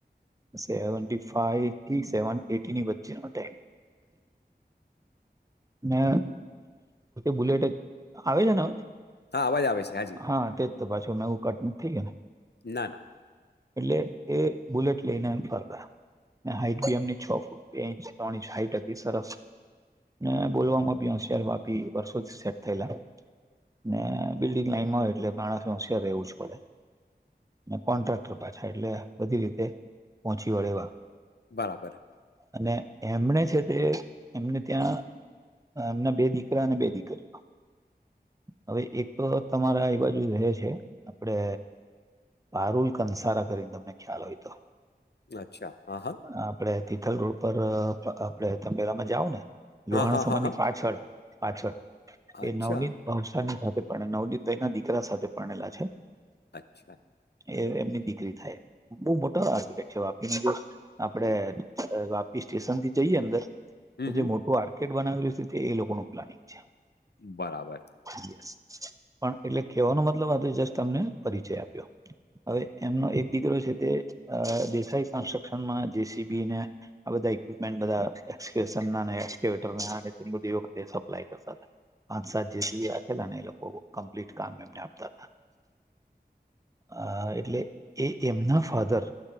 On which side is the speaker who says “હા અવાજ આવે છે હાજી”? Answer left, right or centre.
Left